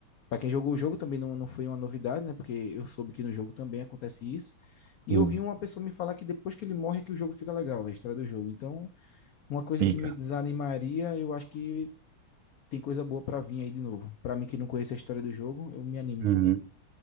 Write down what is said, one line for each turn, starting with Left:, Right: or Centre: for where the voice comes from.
Left: para quem jogou o jogo também não, não foi uma novidade, né? Porque eu soube que no jogo também acontece isso. E
Right: sim,
Left: eu vi uma pessoa me falar que depois que ele morre é que o jogo fica legal, né? a história do jogo. Então, uma coisa
Right: pica.
Left: que me desanimaria, eu acho que tem coisa boa para vir aí de novo. Para mim que não conhece a história do jogo, eu me animo
Right: Uhum.
Left: um pouco.